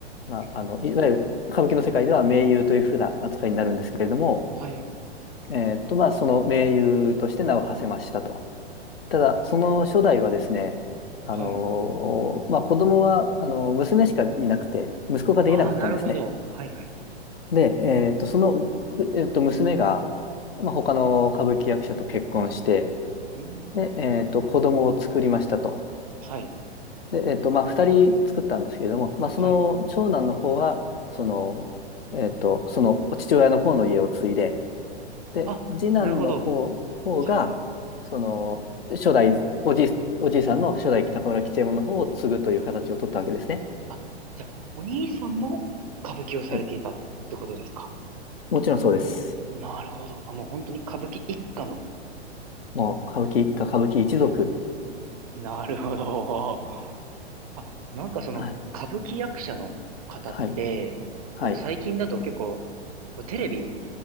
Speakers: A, on the left; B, on the right.
A: まあ、
B: うん
A: あの、いわゆる歌舞伎の世界では名優というふうな扱いになるんですけれども、
B: はい。
A: えーっと、まあ、その名優として名を馳せましたと。
B: はい。
A: ただ、その初代はですね、あのーまあ、
B: はい。
A: 子供は、あのー娘しかいなくて、息子ができなかったんですね。
B: ああ、なるほど。はいはい。
A: で、えーっと、その、うえーっと、娘が、まあ、他の歌舞伎役者と結婚して、
B: うーん。
A: で、えーっと、子供を作りましたと。
B: はい。
A: で、えーっと、まあ、二人作ったんですけれども、まあ、その長男の方は、
B: はい。
A: その、えーっと、その父親の方の家を継いで、で、
B: あ、
A: 次男の方、
B: なるほど。
A: 方が、
B: はいはいはい。
A: その、初代、おじい、おじいさんの初代北河原吉右衛門の方を継ぐという形を取ったわけですね。
B: あ、じゃあ、お兄さんも歌舞伎をされていたってことですか
A: はい。もちろんそうです。
B: なるほど。あ、もう本当に歌舞伎一家の。
A: もう、歌舞伎一家、歌舞伎一族。
B: なるほど。あ、なんかその、
A: はい。
B: 歌舞伎役者の方って、
A: はい。はい。
B: こう最近だと結構、こうテレビ